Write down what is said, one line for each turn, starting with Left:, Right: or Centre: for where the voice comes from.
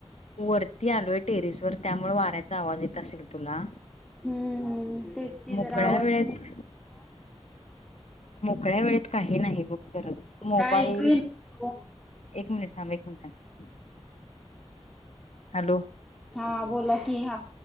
Left: वरती आलोय, टेरिसवर... त्यामुळे वाऱ्याचा आवाज येत असेल तुला...
Centre: हम्म हम्म तेच की
Left: मोकळ्या
Centre: जरा आवाज
Left: वेळेत मोकळ्या वेळेत काही नाही बघ. करायचं, मोबाईल,
Centre: काय ऐकू येईना
Left: एक मिनिट थांब, एक मिनिट थांब.. <inaudible> हॅलो..
Centre: हा.. बोला की, हा